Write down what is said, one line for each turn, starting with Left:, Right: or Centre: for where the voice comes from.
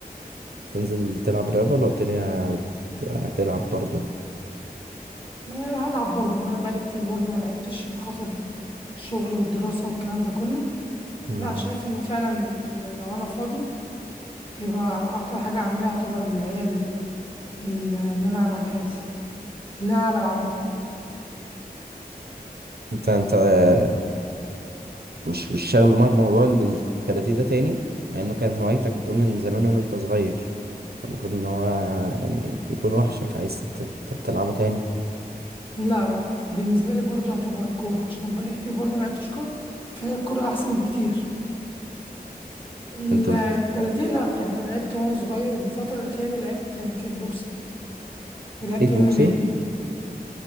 Right: تنزل تلعب رياضة ولا قلت لي هت- هتلعب برضه
Left: ما هلعب برضه إن أنا بقالي كتير برضه ما لعبتش عشان خاطر الشغل والدراسة والكلام ده كله
Right: مم.
Left: لا شايف إن فعلا لو أنا فاضي يبقى اكتر حاجه اعملها طبعا اللي هي ال... ال... ان انا العب على الجهاز ان انا العب عامه
Right: أنت أنت آه، مش مش شاغل دماغك بموضوع ال- الكاراتيه ده تاني مع إنه كان هوايتك بتقول من زمان وإن أنت صغير المفروض إن هو يعني يكون وحشك عايز تت- تلعبه تاني
Left: لا لا بالنسبه لي برضه هتبقى الكوره عشان أنا بقالي كتير برضه ما لعبتش كوره فهي الكوره احسن بكتير الكاراتيه
Right: أنت بت-
Left: لا يعني انا لعبت وانا صغير الفتره الاخيره دي لعبت كيك بوكسنج ولعبت
Right: كيك بوكسينج
Left: ام ام ايه